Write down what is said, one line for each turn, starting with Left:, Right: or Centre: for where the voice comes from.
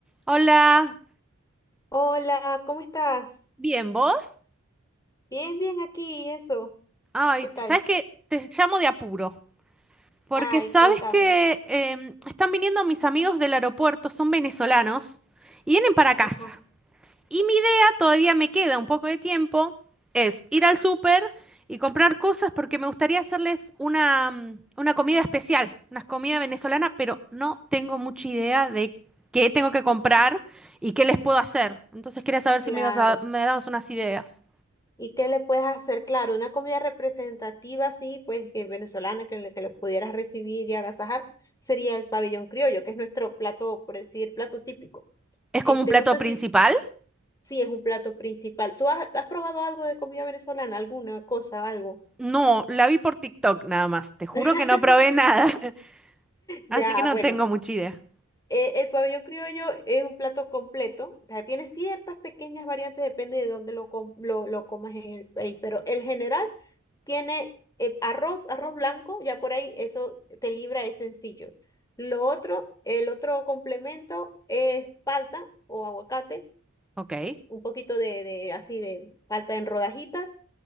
Centre: Hola,
Left: Hola, ¿cómo estás?
Centre: bien, ¿vos?
Left: Bien, bien aquí, eso.
Centre: Ay,
Left: ¿Qué
Centre: t-
Left: tal?
Centre: ¿sabes qué? Te llamo de apuro, porque
Left: Ay,
Centre: sabes
Left: cuéntame.
Centre: que em, están viniendo mis amigos del aeropuerto, son venezolanos, y vienen para casa.
Left: Ajá,
Centre: Y mi idea, todavía me queda un poco de tiempo, es ir al súper y comprar cosas porque me gustaría hacerles una, mm, una comida especial, una comida venezolana, pero no tengo mucha idea de qué tengo que comprar y qué les puedo hacer. Entonces quería saber si
Left: claro.
Centre: me ibas a, me dabas unas ideas.
Left: ¿Y qué le puedes hacer? Claro, una comida representativa así, pues que venezolana, que le, que le pudieras recibir y agasajar, sería el pabellón criollo, que es nuestro plato, por decir, plato típico.
Centre: ¿Es como
Left: Este,
Centre: un plato
Left: no sé
Centre: principal?
Left: si, si es un plato principal. ¿Tú has, has probado algo de comida venezolana? ¿Alguna cosa, algo?
Centre: No, la vi por TikTok nada más. Te juro
Left: <laughs>
Centre: que no probé nada. <laughs> Así
Left: Ya,
Centre: que no
Left: bueno,
Centre: tengo mucha idea.
Left: Eh, el pabellón criollo es un plato completo, o sea, tiene ciertas pequeñas variantes, depende de dónde lo, com- lo, lo comas en el país, pero en general tiene eh, arroz, arroz blanco, ya por ahí eso te libra, es sencillo. Lo otro, el otro complemento es palta o aguacate,
Centre: Ok.
Left: un poquito de, de así de palta en rodajitas